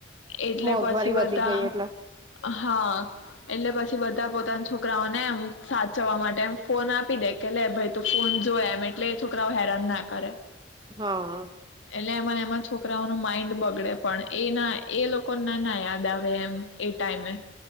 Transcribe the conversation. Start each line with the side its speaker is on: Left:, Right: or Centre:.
Left: એટલે
Right: મોંઘવારી
Left: પછી બધા
Right: વધી ગઈ એટલે.
Left: હા એટલે પછી બધા પોતા છોકરાઓને એમ સાચવવા માટે એમ ફોન આપી દે કે લે ભાઈ તું ફોન જોય એમ એટલે છોકરાઓ હેરાન ના કરે.
Right: હા
Left: એટલે એમાંને એમાં છોકરાઓ ન માઈન્ડ બગડે પણ એના એ લોકો ના ના યાદ આવે એમ એ ટમે